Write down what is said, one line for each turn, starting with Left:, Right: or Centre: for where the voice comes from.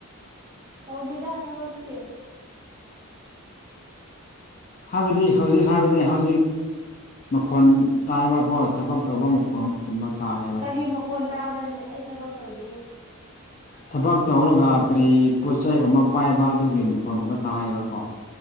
Right: ꯇꯧꯗꯦꯗ ꯊꯕꯛꯇꯤ
Left: ꯍꯥꯏꯕꯗꯤ ꯍꯧꯖꯤꯛ ꯍꯥꯏꯕꯅꯦ ꯍꯧꯖꯤꯛ ꯃꯈꯣꯟ ꯇꯥꯏꯕꯀꯣ ꯊꯕꯛ ꯇꯧꯕ ꯃꯈꯣꯟꯒꯨꯝꯕ ꯇꯥꯏ ꯑꯕ
Right: ꯀ꯭ꯔꯤ ꯃꯈꯣꯟ ꯇꯥꯕ꯭ꯔꯅꯦ ꯑꯩ ꯊꯕꯛ ꯇꯧꯗꯦꯍꯦ
Left: ꯊꯕꯛ ꯇꯧꯔꯒ ꯀꯔꯤ ꯄꯣꯠ ꯆꯩꯒꯨꯝꯕ ꯄꯥꯏꯕ ꯑꯗꯨꯒꯤ ꯃꯈꯣꯟꯒꯨꯝꯕ ꯇꯥꯏꯌꯦꯕꯀꯣ